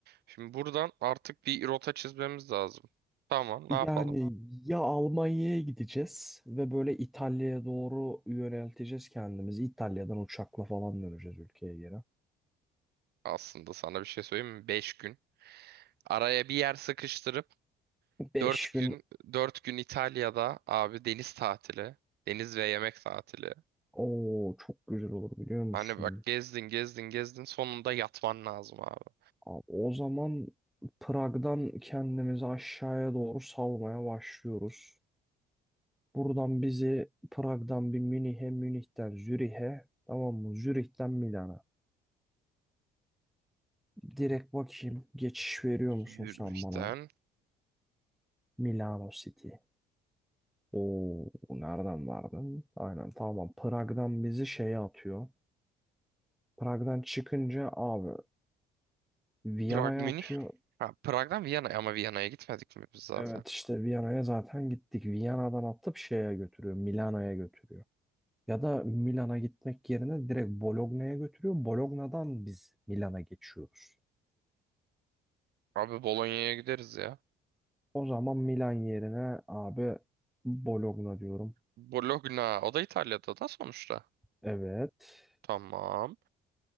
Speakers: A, on the right; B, in the centre.
A: Şimdi buradan artık bir rota çizmemiz lazım. Tamam, ne
B: Yani
A: yapalım?
B: ya Almanya'ya gideceğiz ve böyle İtalya'ya doğru yönelteceğiz kendimizi. İtalya'dan uçakla falan döneceğiz ülkeye geri.
A: Aslında sana bir şey söyleyeyim mi? 5 gün. Araya bir yer sıkıştırıp
B: Beş
A: 4
B: gün
A: gün 4 gün İtalya'da abi deniz tatili, deniz ve yemek tatili.
B: o çok güzel olur biliyor musun?
A: Hani bak gezdin gezdin gezdin sonunda yatman lazım abi.
B: Abi o zaman Prag'dan kendimizi aşağıya doğru salmaya başlıyoruz. Buradan bizi Prag'dan bir Münih'e, Münih'ten Zürih'e, tamam mı? Zürih'ten Milana. Direkt bakayım geçiş veriyor musun
A: Zürih'ten
B: sen bana? Milano City. Oo, nereden verdin? Aynen tamam. Prag'dan bizi şeye atıyor. Prag'dan çıkınca abi Viyana'ya
A: Prag Münih.
B: atıyor.
A: Ha, Prag'dan Viyana ama Viyana'ya gitmedik mi biz zaten?
B: Evet işte Viyana'ya zaten gittik. Viyana'dan atıp şeye götürüyor. Milano'ya götürüyor. Ya da Milan'a gitmek yerine direkt Bologna'ya götürüyor. Bologna'dan biz Milan'a geçiyoruz.
A: Abi Bolonya'ya gideriz ya.
B: O zaman Milan yerine abi Bologna diyorum.
A: Bologna o da İtalya'da da sonuçta.
B: Evet.
A: Tamam.